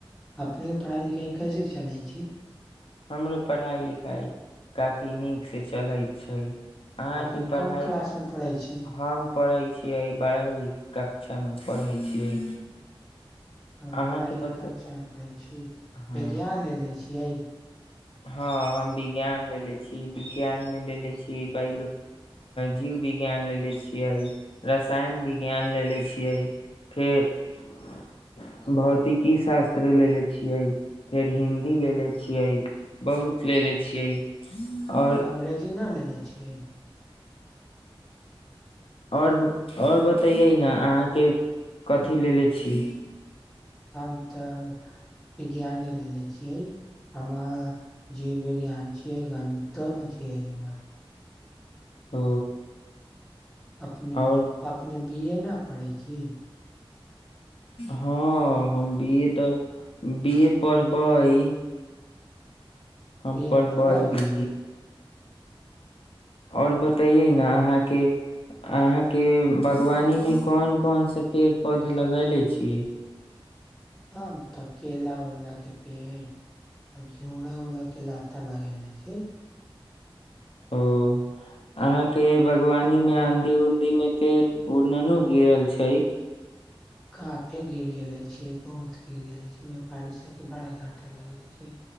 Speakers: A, in the centre; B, on the left (about 75°).
A: अपनेके पढ़ाइ लिखाइ कैसे चलै छी
B: हमरो पढ़ाइ लिखाइ काफी नीकसँ चलैत छै अहाँके
A: अपने
B: पढ़ाइ
A: कोन क्लास में पढ़े छी
B: हम पढ़ै छिय बारहवीं कक शिक्षामे पढ़ै छियै
A: ह
B: अहाँ
A: बड़ाई
B: के बत
A: कक्ष पड़ै छी
B: हँ
A: विज्ञान लेने ले छियै
B: हँ हम विज्ञान लेलेे छीियै विज्ञानमे लेले छियै बो जीव विज्ञान लेलेे छियै रसायन विज्ञान लेलेे छियै फेर भौतिकी शास्त्र लेले छियै फेर हिंन्दी लेलेे छियै बहुत ले ले छियै और
A: अंग्रेजी नहि लैले छियै
B: आओर आओर बतैयै ने अहाँके कथी लेे छी
A: हम तऽ विज्ञाने लेलेे छियै आ जी वि ज्ञान छीिय गणित त न आइ अर
B: ओ
A: अपने
B: और
A: अपने बी ए नहिना पढ़ै छी
B: हँ हम ब ए तऽ बए पढ़बै हम
A: बे
B: पढ़बै
A: पड़ब अपने
B: बी आओर बतैयै ने अहाँके अहाँके बागवानीमे कोन कोनसँ पेड़ पौधा लगयले छियै
A: ह तऽ केला उलाके पेड़ आ घिउराा उड़ाके लाता लगाय लै छियै
B: ओ अहाँके बागवानी मे आँधी उंधी मे पेड़ उड़न गिरल छै
A: काफे गिर गेले छै बहुत गिर गेले छै व्यापारी सबके बड़ा घाटा लगल छै